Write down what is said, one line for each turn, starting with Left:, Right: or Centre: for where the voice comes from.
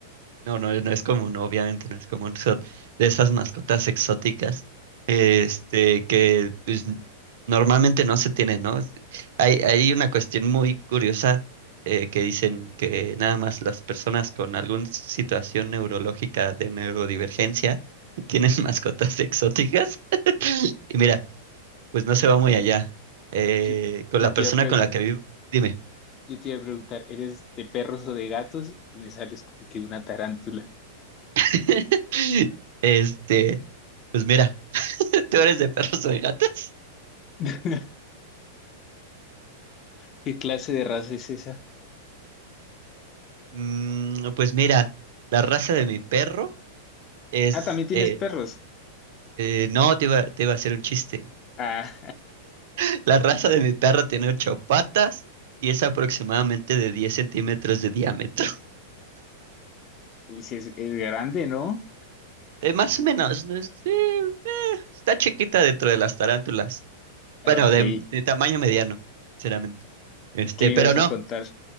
Right: No, no, no es común, obviamente no es común. Son de esas mascotas exóticas, este, que pues, normalmente no se tienen, ¿no? Es- Hay, hay una cuestión muy curiosa eh, que dicen que nada más las personas con alguna situación neurológica de neurodivergencia <laughs> tienen mascotas exóticas. <laughs> Y mira, pues no se va muy allá. Eh,
Left: Yo, t-
Right: con
Left: yo
Right: la
Left: te
Right: persona
Left: iba a pre-
Right: con la que vivo, dime,
Left: yo te iba a preguntar, ¿eres de perros o de gatos? Y me sales con que una tarántula.
Right: <laughs> este, pues mira, <laughs> ¿tú eres de perros o de gatos?
Left: <laughs> ¿Qué clase de raza es esa?
Right: Mm, pues mira, la raza de mi perro es...
Left: Ah, también tienes
Right: eh,
Left: perros.
Right: eh, no, te iba, te iba a hacer un chiste.
Left: Ah,
Right: <laughs> La raza de mi perro tiene ocho patas y es aproximadamente de 10 centímetros de diámetro. <laughs>
Left: <laughs> uy, sí es, es grande, ¿no?
Right: Eh, más o menos, ¿no? Es- sí, está chiquita dentro de las tarántulas.
Left: Ok,
Right: Bueno,
Left: ¿qué
Right: de, de tamaño mediano, sinceramente. Este,
Left: me ibas
Right: pero no,
Left: a contar?